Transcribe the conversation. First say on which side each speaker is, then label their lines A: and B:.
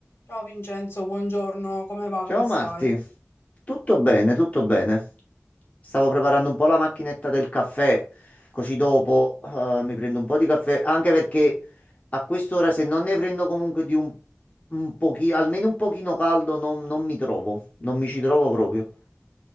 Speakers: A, on the left; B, on the left.
A: Ciao Vincenzo, buongiorno, come va?
B: Ciao
A: Come stai?
B: Marti, tutto bene, tutto bene. Stavo preparando un po' la macchinetta del caffè, così dopo eh, mi prendo un po' di caffè, anche perché a quest'ora se non ne prendo comunque di un, un pochino, almeno un pochino caldo, non, non mi trovo, non mi ci trovo proprio.